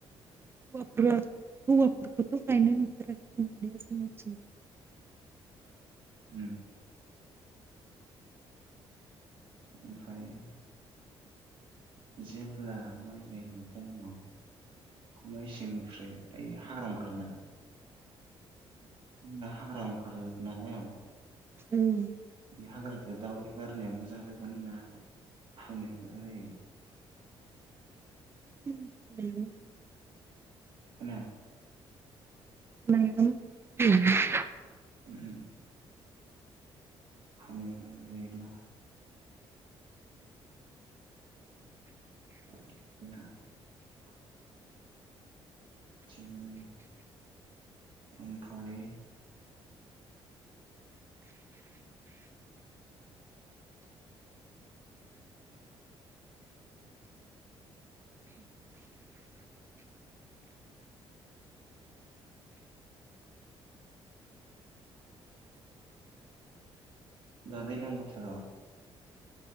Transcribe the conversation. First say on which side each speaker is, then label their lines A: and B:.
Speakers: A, on the right (about 25°); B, on the right (about 60°).
A: हौवाफोरा हौवाफोरखौथ गायनाय नुफेराखै आं नुनाया जोंनिथिं।
B: उम ओमफ्राय जेब्ला माइ गायनाय टाइमाव माइसेंनिफ्राय ओइ <unintelligible> ओंखारोना ना हाग्रा ओंखारो नालाय औ
A: उम
B: बे हाग्राखौ <unintelligible> मोजां जागोन ना फुनाया मोजां जायो?
A: <inaudible>
B: खोनाया
A: <inaudible>
B: उम उम फुनाया मोजां जायोना <unintelligible> थिगानो ओमफाय दा दैलां बोथोराव